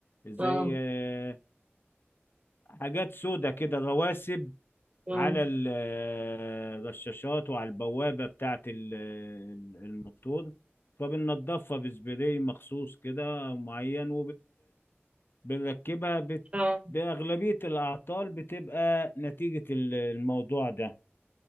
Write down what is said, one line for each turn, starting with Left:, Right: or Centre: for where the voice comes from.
Left: زي
Right: اه
Left: آه، حاجات سودة كده رواسب
Right: اه
Left: على ال- آه، الرشاشات وعلى البوابة بتاعة ال- ال- الموتور فبننضفها بسبراي مخصوص كده أو معين وبنركبها
Right: اه
Left: بأغلبية الأعطال بتبقى نتيجة ال- الموضوع ده